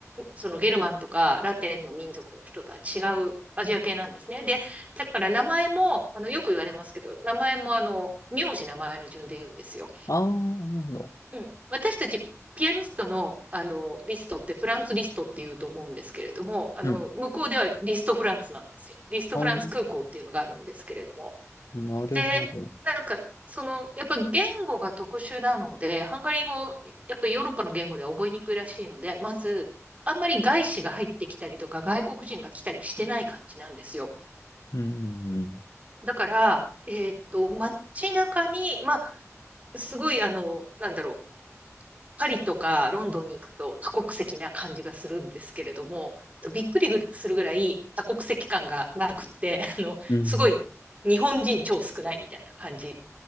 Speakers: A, on the right; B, on the left.
A: そのゲルマンとかラテンの民族の人とは違うアジア系なんですね。で、だから名前も、あの、よく言われますけど、名前もあの、名字名前の順で言うんですよ。
B: ああ、なるほど。
A: うん。私たちピアニストの、あの、リストってフランツリストって言うと思うんですけれども、あの、
B: うん。
A: 向こうではリストフランツなんですよ。リストフランツ空港っていうのがあるんですけれども。
B: ああ、なるほど。
A: で、なんか、その、やっぱ言語が特殊なので、ハンガリー語、やっぱりヨーロッパの言語では覚えにくいらしいので、まず、あんまり外資が入ってきたりとか、外国人が来たりしてない感じなんですよ。
B: うん。
A: だから、えーっと、街中に、まあ、すごい、あの、なんだろう、パリとかロンドンに行くと多国籍な感じがするんですけれども、びっくりするぐらい多国籍感がなくて、<laughs> あの、
B: うん。
A: すごい日本人超少ないみたいな感じ